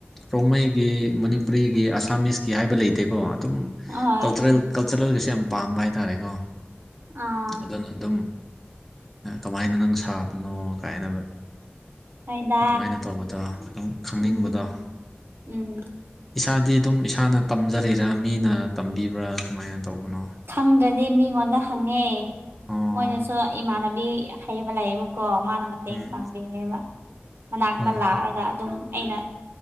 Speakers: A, in the centre; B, on the right (about 65°).
A: ꯔꯣꯡꯃꯩꯒꯤ ꯃꯅꯤꯄꯨꯔꯤꯒꯤ ꯑꯁ꯭ ꯑꯥꯃꯤꯁꯀꯤ ꯍꯥꯏꯕ ꯂꯩꯇꯦꯀꯣ ꯑꯗꯨꯝ
B: ꯍꯣꯏ
A: ꯀꯜꯆꯔꯦꯜ ꯀꯜꯆꯔꯦꯜꯒꯤꯁꯨ ꯌꯥꯝ ꯄꯥꯝꯕ ꯍꯥꯏꯇꯥꯔꯦꯀꯣ
B: ꯑꯥ
A: ꯑꯗꯨꯅ ꯑꯗꯨꯝ ꯀꯃꯥꯏꯅ ꯅꯪ ꯁꯥꯕꯅꯣ ꯀꯥꯏꯅꯕ
B: ꯍꯣꯏꯗ
A: ꯑꯗꯨꯃꯥꯏꯅ ꯇꯧꯕꯗꯣ ꯑꯗꯨꯝ ꯈꯪꯅꯤꯡꯕꯗꯣ
B: ꯎꯝ ꯎꯝ
A: ꯏꯁꯥꯗꯤ ꯑꯗꯨꯝ ꯏꯁꯥꯅ ꯇꯝꯖꯔꯤꯔꯥ ꯃꯤꯅ ꯇꯝꯕꯤꯕ꯭ꯔꯥ ꯀꯃꯥꯏꯅ ꯇꯧꯕꯅꯣ
B: ꯈꯪꯗ꯭ꯔꯗꯤ ꯃꯤꯉꯣꯟꯗ ꯍꯪꯉꯦ
A: ꯑꯣ
B: ꯃꯣꯏꯅꯁꯨ ꯏꯃꯥꯟꯅꯕꯤ ꯍꯩꯕ ꯂꯩꯌꯦꯕꯀꯣ ꯃꯥꯅ ꯃꯇꯦꯡ
A: ꯎꯝ
B: ꯄꯥꯡꯕꯤꯌꯦꯕ ꯃꯅꯥꯛꯇ
A: ꯑꯣ
B: ꯂꯥꯛꯑꯒ ꯑꯗꯨꯝ ꯑꯩꯅ